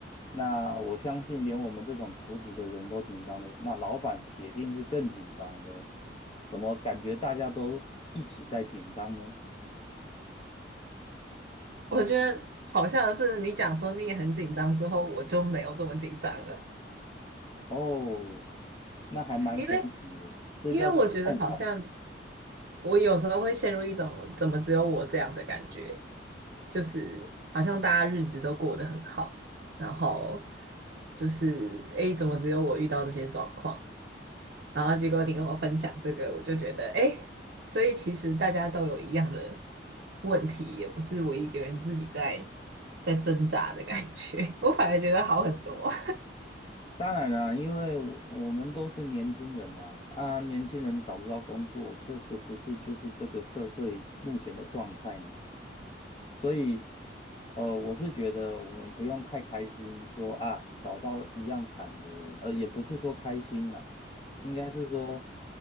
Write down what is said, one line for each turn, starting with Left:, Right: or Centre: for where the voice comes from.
Left: 那我相信，连我们这种求职的人都紧张的，那老板铁定是更紧张了。怎么感觉大家都一起在紧张呢？
Right: 我觉得好像是你讲说你也很紧张之后，我就没有这么紧张了，
Left: 哦，那还蛮神奇的，
Right: 因为
Left: 这叫做共感。
Right: 因为我觉得好像我有时候会陷入一种怎么只有我这样的感觉，就是好像大家日子都过得很好，然后就是诶，怎么只有我遇到这些状况？然后结果你跟我分享这个，我就觉得诶，所以其实大家都有一样的问题，也不是我一个人自己在在挣扎的感觉，<laughs> 我反而觉得好很多。
Left: 当然啦，因为我我们都是年轻人呐，啊，年轻人找不到工作，这个不是就是这个社会目前的状态吗？所以，呃，我是觉得我们不用太开心说，啊找到一样惨的人，呃，也不是说开心啦，应该是说